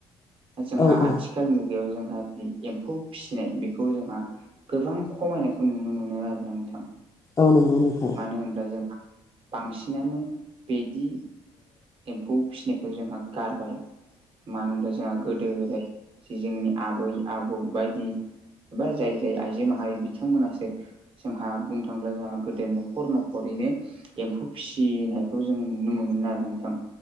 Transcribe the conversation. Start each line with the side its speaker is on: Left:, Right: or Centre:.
Right: जोंहा
Left: औ औ
Right: आथिखाल मुगायाव जोंहा जि एम्फौ फिसिनाय बेखौ जोंहा गोबां खमायनायखौ नुनो मोनो आरोना नोंथां।
Left: औ नंगौ नोंथां।
Right: मानो होनब्ला जोंहा बांसिनानो बिदि एम्फौ फिसिनायखौ जोंहा गारबाय। मानो होनब्ला जोंहा गोदो गोदाय जि जोंनि आबै आबौ बायदि एबा जाय जाय आइजो माहारि बिथांमोनहासो जोंहा बुंनो थाङोब्ला जोंहा गोदो न'खर न'खरैनो एम्फौ फिसिनायखौ जों नुनो मोनोमोन आरोना नोंथां।